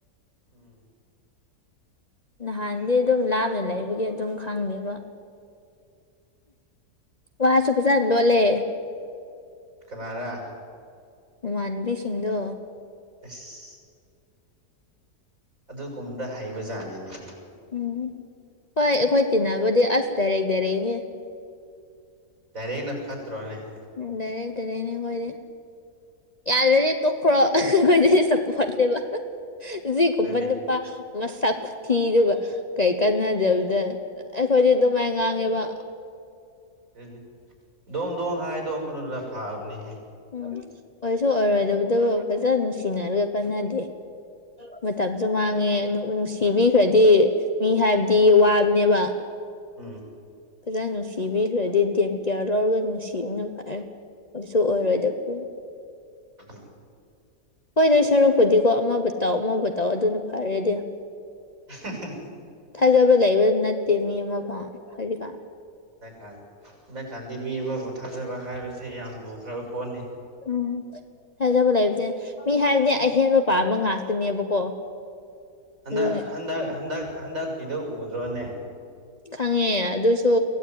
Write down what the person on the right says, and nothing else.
ꯎꯝ
ꯀꯅꯥꯔꯥ
ꯑꯁ ꯑꯗꯨ ꯀꯨꯝꯕꯗ ꯍꯩꯕ ꯖꯥꯠꯅꯤꯅꯦ
ꯗꯥꯏꯔꯦꯛꯅ ꯐꯠꯇ꯭ꯔꯣꯅꯦ
ꯑꯗꯨꯅꯤ
ꯑꯗꯨꯅꯦ ꯗꯣꯡ ꯗꯣꯡ ꯍꯥꯏꯗꯣꯛꯄꯗꯨꯅ ꯐꯕꯅꯤꯍ
ꯎꯝ꯫
ꯎꯝ
<unintelligible>
ꯍꯗꯛꯀ ꯍꯟꯗꯛꯀꯥꯟꯗꯤ ꯃꯤ ꯑꯃ ꯄꯣꯊꯥꯖꯕ ꯍꯥꯏꯕꯁꯦ ꯌꯥꯝ ꯂꯨꯈ꯭ꯔꯕ ꯄꯣꯠꯅꯤ
ꯍꯟꯗꯛ
ꯍꯟꯗꯛ ꯍꯟꯗꯛ ꯍꯟꯗꯛꯀꯤꯗꯨꯣ ꯎꯗ꯭ꯔꯣꯅꯦ